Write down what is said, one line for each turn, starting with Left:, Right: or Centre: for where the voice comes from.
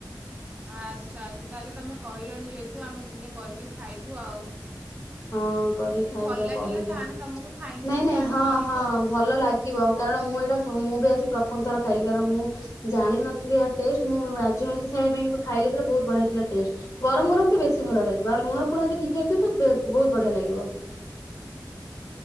Right: ଆଚ୍ଛା ଆଚ୍ଛା ତାହେଲେ ତୁମେ କହିଲଣି ଯେହେତୁ ଆମେ ଦିନେ କରିକି ଖାଇବୁ ଆଉ।
Left: ହଁ କରି
Right: ଯଦି
Left: ଖାଇବ
Right: ଭଲ ଲାଗିଲା
Left: କହିବ
Right: ତାହେଲେ ତୁମକୁ ଥ୍ୟାଙ୍କ
Left: ନାଇଁ
Right: ୟୁଟା
Left: ନାଇଁ
Right: ଆମେ
Left: ହଁ
Right: କହିବୁ
Left: ହଁ
Right: ଆଉ
Left: ଭଲ ଲାଗିବ କାରଣ ମୁଁ ଏଇଟା ହ ମୁଁ ବି ଆଜି ପ୍ରଥମ ଥର ଖାଇଲି। କାରଣ ମୁଁ ଜାଣିିନଥିଲି ଆ ଟେଷ୍ଟ ମୁଁ ରାଜି ହଉନଥିଲି ଖାଇବା ପାଇଁ କିନ୍ତୁ ଖାଇଲି ତ ବହୁତ ବଢିଆ ଥିଲା ଟେଷ୍ଟ ଗରମ ଗରମ ତ ବେଶୀ ଭଲ ଲାଗିବ ଆଉ ଲୁଣ ଫୁଣ ଯଦି ଠିକ୍ ଠାକ୍ ଥିବ ତା ବହୁତ ବଢିଆ ଲାଗିବ। <inaudible>